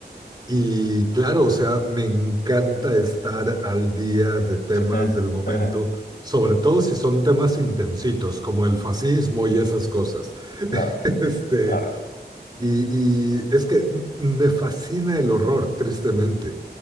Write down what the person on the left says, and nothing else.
<laughs>
claro,
claro.